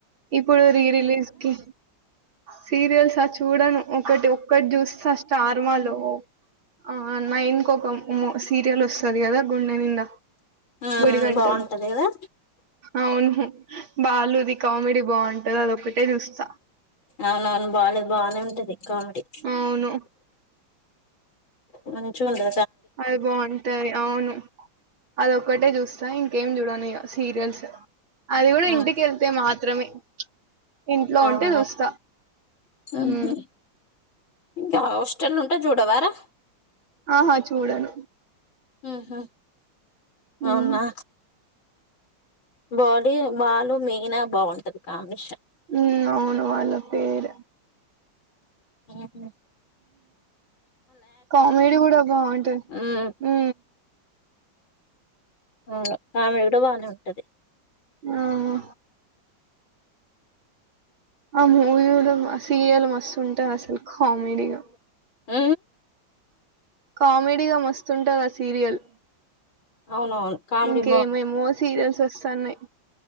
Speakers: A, on the right (about 80°); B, on the left (about 80°).
A: ఇప్పుడు రీరిలీజ్ కి సీరియల్స్ ఆ చూడను ఒకటి ఒ ఒకటి చూస్తా స్టార్ మా లో ఆ నైన్ ఒక సీరియల్ వస్తది కదా గుండె నిండా
B: ఆ
A: గుడి గంటలు
B: బాగుంటది కదా
A: అవును బాలు ది కామెడీ బాగుంటది అదొక్కటే చూస్తా
B: అవునవును బాలు బాగానే ఉంటది కామెడీ
A: అవును
B: మంచిగా ఉందా
A: అది బాగుంటాది అవును అదొక్కటే చూస్తా ఇంకేం చూడను ఇగ సీరియల్స్ అది కూడా
B: ఉమ్
A: ఇంటికి వెళ్తే మాత్రమే ఇంట్లో
B: అవునా
A: ఉంటే చూస్తా
B: ఉహు
A: ఉ
B: ఇంకా హాస్టల్ ఉంటె చూడవారా
A: ఆహా చూడను
B: ఉహు
A: మ్మ్
B: అవునా బాడి బాలు మీనా బాగుంటది కాంబినేషన్
A: హు అవును వాళ్ళ పేర్
B: ఏమీ
A: కామెడీ కూడా బాగుంటది
B: ఉమ్
A: ఉ
B: ఆ కామెడీ కూడా బాగానే ఉంటది
A: ఆ ఆ ఆ మూవీలు ఆ సీరియల్ మస్తు ఉంటాయి అసలు కామెడీగా
B: ఆ
A: కామెడీగా మస్తుంటది ఆ సీరియల్
B: అవునవును కామెడీ
A: ఇంకేమేమో సీరియల్స్ వస్తన్నాయి